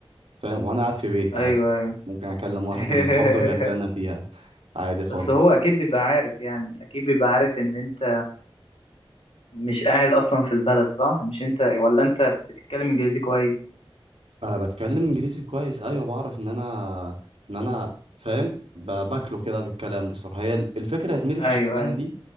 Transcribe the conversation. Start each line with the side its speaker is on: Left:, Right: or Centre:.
Right: فاهم وأنا قاعد في بيتي
Left: أيوه
Right: عادي
Left: أيوه
Right: ممكن أكلم واحد
Left: <laughs>
Right: من محافظة غير اللي أنا فيها عادي خالص
Left: بس هو اكيد بيبقى عارف يعني اكيد بيبقى عارف ان انت مش قاعد اصلا في البلد صح مش انت ولا انت بتتكلم انجليزي كويس
Right: أه بتكلم انجليزي كويس ايوه بعرف ان انا ان انا فاهم ب- باكله كده بالكلام بسرعه هي الفكره يا زميلي في
Left: ايوه
Right: الشغلانه
Left: ايوه
Right: دي